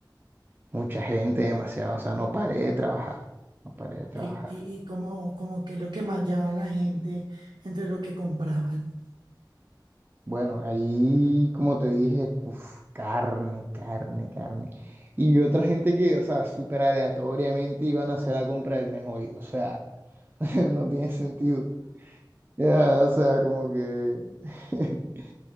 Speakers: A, on the right (about 25°); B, on the right (about 80°).
A: Mucha gente, demasiado, o sea, no paré de trabajar, no paré de trabajar.
B: ¿Y, y, y cómo, cómo qué es lo que más llevaba la gente entre lo que compraban?
A: Bueno, ahí, como te dije, uf, carne, carne, carne. Y otra gente que, o sea, súper aleatoriamente iban a hacer la compra del mes hoy, o sea, <laughs> no tiene sentido. Ya, o sea, como que <laughs>